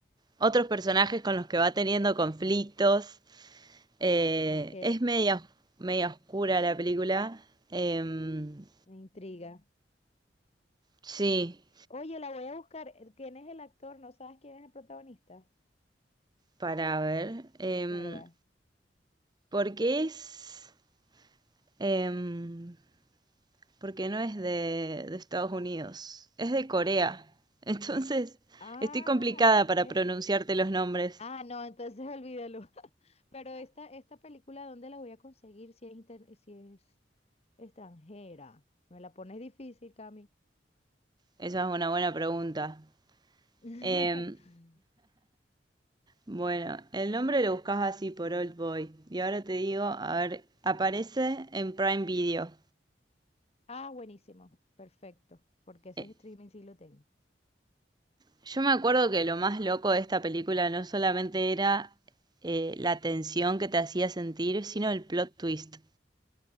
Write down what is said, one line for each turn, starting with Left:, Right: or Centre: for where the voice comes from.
Right: otros personajes con los que va teniendo conflictos. Eh,
Left: Ok,
Right: es media, media oscura la película. Em,
Left: me intriga.
Right: sí,
Left: Oye, la voy a buscar. eh, ¿Quién es el actor? ¿No sabes quién es el protagonista?
Right: para ver. em,
Left: ¿Me recuerdas?
Right: Porque es... em, porque no es de, de Estados Unidos, es de Corea. <laughs> Entonces,
Left: Ah,
Right: estoy complicada para
Left: ok.
Right: pronunciarte los nombres.
Left: Ah, no, entonces <laughs> olvídalo. Pero esta, esta película, ¿dónde la voy a conseguir si es, inter- si es extranjera? Me la pones difícil, Cami.
Right: Esa es una buena pregunta.
Left: <laughs>
Right: Em, bueno, el nombre lo buscas así por Old Boy. Y ahora te digo, a ver, aparece en Prime Video.
Left: Ah, buenísimo. Perfecto. Porque ese
Right: Eh,
Left: streaming sí lo tengo.
Right: yo me acuerdo que lo más loco de esta película no solamente era eh, la tensión que te hacía sentir, sino el plot twist.